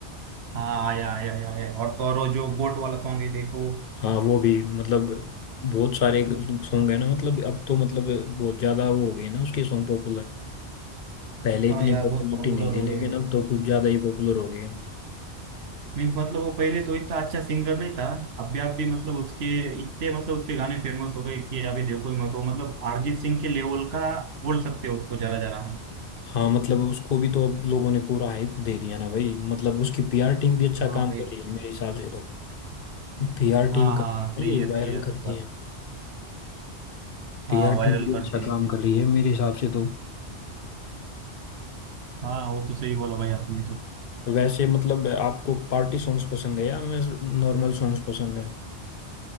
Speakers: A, on the right; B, on the left.
A: हाँ आया आया आया आया और तो और वो जो गोट वाला सॉन्ग है देखो
B: हाँ वो भी मतलब बहुत सारे सॉन्ग है ना मतलब अब तो मतलब बहुत ज्यादा वो हो गए ना उसके सॉन्ग पॉपुलर पहले इतनी
A: हाँ यार
B: पॉपुलरिटी
A: बहुत पॉपुलर
B: नहीं थी
A: हो
B: लेकिन
A: गए
B: अब तो कुछ ज्यादा ही पॉपुलर हो गए
A: मीन्स मतलब वो पहले तो इतना अच्छा सिंगर नहीं था अभी आप भी मतलब उसके इतने मतलब उसके गाने फेमस हो गए कि अभी देखो ही मत वो मतलब अरिजीत सिंह के लेवल का बोल सकते हो उसको जरा जरा हम
B: हाँ मतलब उसको भी तो अब लोगों ने पूरा हाइप दे दिया ना भाई मतलब उसकी पीआर टीम भी अच्छा
A: हाँ
B: काम
A: भाई
B: कर रही है मेरे हिसाब से तो पीआर
A: हाँ
B: टीम
A: हाँ
B: कर
A: सही
B: ये
A: है सही
B: वायरल
A: है आपकी
B: करते
A: बात
B: हैं पीआर
A: हाँ वायरल
B: टीम भी
A: करते
B: अच्छा काम
A: हैं
B: कर रही है मेरे हिसाब से तो
A: हाँ वो तो सही बोला भाई आपने तो
B: वैसे मतलब आपको पार्टी सॉन्ग्स पसंद है या मैं नॉर्मल सॉन्ग्स पसंद है